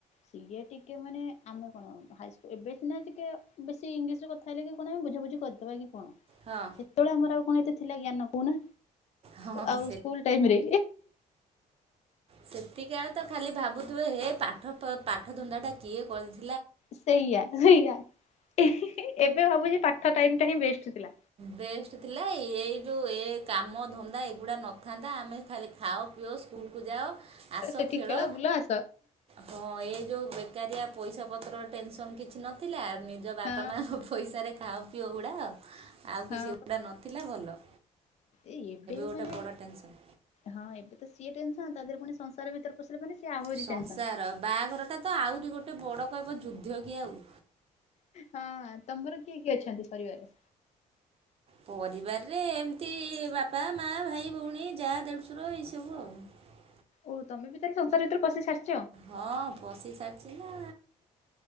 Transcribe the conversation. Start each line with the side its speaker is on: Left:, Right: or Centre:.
Left: ସିଏ ଟିକେ ମାନେ ଆମେ କଣ ହାଇସ୍କୁଲ୍ ଏବେ ସିନା ଟିକେ ବେଶୀ ଇଂଲିଶରେ କଥା ହେଲେ କି କଣ ଆମେ ବୁ ବୁଝା ବୁଝି କରିଦବା କି କଣ?
Right: ହଁ
Left: ସେତେବେଳେ ଆମର ଆଉ କଣ ଏତେ ଥିଲା ଜ୍ଞାନ କହୁନା।
Right: ହଁ
Left: ଆଉ ସ୍କୁଲ୍ ଟାଇମ୍ ରେ
Right: ସେତିକିଆଳେ ତ ଖାଲି ଭାବୁଥୁବେ ହେ ପାଠ ପ-ପାଠ ଧନ୍ଦା ଟା କିଏ କରିଥି
Left: ସେଇଆ ସେଇଆ ଏବେ ଭାବୁଛଚି ପାଠ ଟାଇମ୍ ଟା ହିଁ ବେଷ୍ଟ। ଥିଲା।
Right: ବେଷ୍ଟ ଥିଲା ଏଇ ଯୋଉ ଏ କାମ ଧନ୍ଦା ଏଗୁଡ଼ା ନଥାନ୍ତା ଆମେ ଖାଲି ଖାଅ ପିଉ ସ୍କୁଲ୍ କୁ ଯାଅ। ଆସ
Left: ସେଠି
Right: ଖେଳ
Left: ବୁଲ ଆସ
Right: ହଁ ଏ ଯୋଉଁ ବେ କାରିଆ ପଇସା ପତ୍ର ଟେନସନ କିଛି ନଥିଲା ନିଜ ବାପା
Left: ହଁ
Right: ମାଆଙ୍କ ପଇସାରେ ଖାଅ ପିଅ ଉଡାଅ ଆଉ କିଛି
Left: ହଁ
Right: ଏଗୁଡା ନଥିଲା ଭଲ।
Left: ଏ ଏବେ
Right: ଗୋଟେ
Left: ମାନେ
Right: ବଡ଼ ଟେନସନ୍
Left: ହଁ ଏବେ ତ ସିଏ ଟେନସନ୍, ତା ଦେହରେ ପୁଣି ସଂସାର ଭିତରେ ପଶିଲେ ମାନେ ସିଏ ଆହୁରି
Right: ସଂସାର,
Left: ଟେନସନ।
Right: ବାହାଘରଟା ତ ଆହୁରି ଗୋଟେ ବଡ କହିବ ଯୁଦ୍ଧ କି ଆଉ।
Left: ହଁ ତମର କିଏ କିଏ ଅଛନ୍ତି ପରିବାରରେ?
Right: ପରିବାରରେ ଏମତି ବାପା, ମା, ଭାଇ, ଭଉଣୀ ଜା, ଦେଢୁଶୁର ଏଇ ସବୁ ଆଉ।
Left: ଓହୋ ତମେ ବି ତାହେଲେ ସଂସାର ଭିତରେ ପଶି ସାରିଛ।
Right: ହଁ ପସି ସାରିଛି ନା।